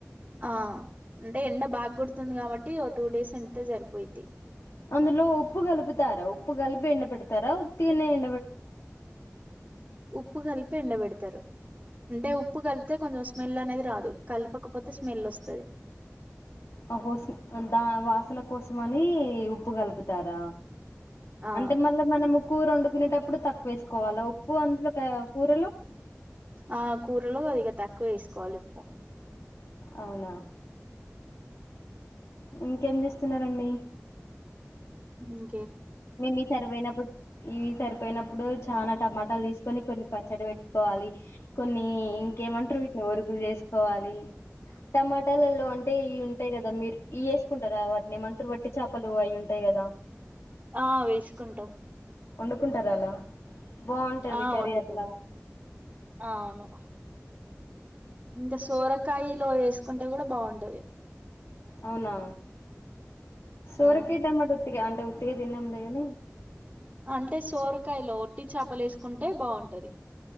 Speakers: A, on the right; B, on the left.
A: ఆ అంటే ఎండ బాగా కొడుతుంది కాబట్టి ఓ టూ డేస్ ఎండి తె సరిపోయిద్ది
B: అందులో ఉప్పు కలుపుతారా ఉప్పు కలిపి ఎండ పెడతారా ఉత్తిగనే ఎ
A: ఉప్పు కలిపి ఎండపెడతారు అంటే ఉప్పు కలితే కొంచం స్మెల్ అనేది రాదు కలపకపోతే స్మెల్ వస్తది
B: అహొ ద వాసన కోసం మనీ ఉప్పు కలుపుతారా
A: ఆ
B: అంటే మళ్ళా మనము కూర వండుకునేటప్పుడు తక్కువ వేసుకోవాలా ఉప్పు అందులో కి కూరలు
A: ఆ కూరలు అదిక తక్కువ వేసుకోవాలి ఉప్పు
B: అవునా ఇంకేం చేస్తా స్తున్నారంండి
A: ఉమ్
B: మే మీ సరిపోయినప్పుడు ఇవి సరిపోయినప్పుడు చనా టమాటాలు తీసుకొని కొన్ని పచ్చడి పెట్టుకోవాలి కొన్ని ఇంకేమంటారు వీటిని ఒరుగులు చేసు కోవాలి టమాట ట్టలల్లో అంటేవి ఉంటాయి కదా దా మీరు ఇ వేసుకుంటారా వాటిని ఏమంటారు బట్టి చేపలు అయ ఉంటాయి కదా
A: ఆ వేసుకుంటాం
B: వండుకుంటార అలా బాగుంటది
A: ఆ
B: కర్రీ
A: వాండుకోను
B: అట్లా
A: ఆ అవును టే సోరకాయ లోస్ కుంటే కూడా బాగుంటది
B: అవునా సోరకాయి
A: ఆ
B: టామాట అంటే ఉతికే దినం లే అని
A: అంటే సోరకాయలో వట్టి చేపలు వేసుకు కుంటే బాగుంటది